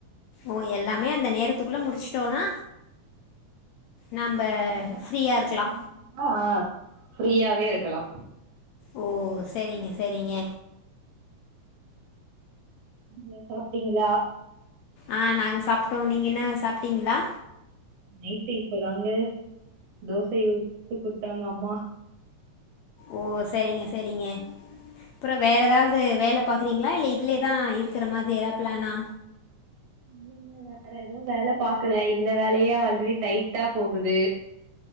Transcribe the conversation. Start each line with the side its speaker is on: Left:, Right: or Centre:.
Left: ஓ எல்லாமே அந்த நேரத்துக்குள்ள முடிச்சுட்டோனா நம்ம
Right: ஆஹ் அந்த நேரத்துக்குள்ள
Left: ஃப்ரீயா இருக்கலா
Right: நம்ம முடிச்சுட்டா ஃப்ரீயாவே இருக்கலாம்
Left: ஓ சேரிங்க சேரிங்க
Right: நீங்க சாப்டீங்களா
Left: ஆ நாங்க சாப்ட்டோ நீங்க என்ன சாப்ட்டீங்களா
Right: நைட்டு இப்பதாங்க தோசைய உத்து குத்தாங்க அம்மா
Left: ஓ சரிங்க சரிங்க அப்பற வேற எதாவது வேல பாக்குறீங்களா இல்ல இதுலயேதா இருக்கிற மாதிரி எதா பிளான்னா
Right: இல்லிங்க வேற எதுவு வேல பாக்கலை இந்த வேலையே ஆல்ரெடி டைட்டா போகுது